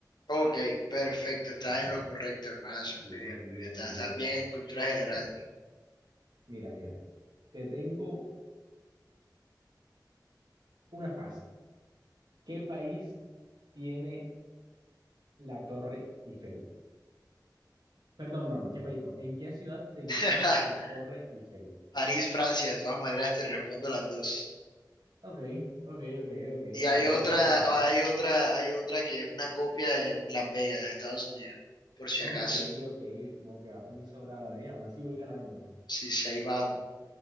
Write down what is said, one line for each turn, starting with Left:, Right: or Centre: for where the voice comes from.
Left: Ok, perfecto. Estás en lo correcto, hermanazo.
Right: Bien,
Left: Muy bien, muy
Right: bien,
Left: bien. Estás,
Right: bien.
Left: estás bien en cultura general.
Right: Mira, mira. Te tengo una fácil. ¿Qué país tiene la Torre Eiffel? Perdón, no, no. ¿Qué país no? ¿En qué ciudad se encuentra
Left: <laughs>
Right: la Torre Eiffel?
Left: París, Francia, de todas maneras te respondo las dos.
Right: Ok, ok, ok, ok,
Left: Y hay
Right: ok.
Left: otra,
Right: Vas sobrado.
Left: hay otra, hay otra que es una copia en Las Vegas, de Estados Unidos, por si
Right: Ok,
Left: acaso.
Right: ok. Como que vas muy sobrado, ¿eh? Aún así voy ganando.
Left: Sí, sí, ahí vamos.